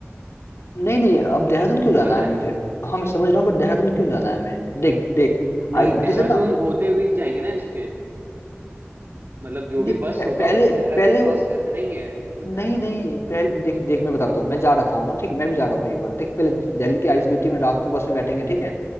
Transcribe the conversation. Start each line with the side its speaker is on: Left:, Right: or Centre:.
Left: नहीं नहीं अब देहरादून क्यों
Right: समझ
Left: जाना है
Right: रहा
Left: हमें
Right: है
Left: फिर हाँ मैं समझ रहा हूँ बट देहरादून क्यों जाना है हमें देख देख
Right: नहीं
Left: आइस पट्टी
Right: देहरादून
Left: से ना
Right: होते हुए ही जाएंगे ना ऋषिकेश मतलब जो
Left: नहीं,
Right: भी बस
Left: पह-
Right: होगा
Left: पहले
Right: उसको देहरादून
Left: पहले
Right: क्रॉस करना ही है ऋषिकेश जाने
Left: नहीं नहीं
Right: के लिए
Left: पहले देख देख मैं बताता हूँ मैं जा रखा हूँ ना ठीक है मैं भी जा रखा हूँ एक बार देख पहले दिल्ली के आइस ब्यूटी में रात को बस में बैठेंगे ठीक है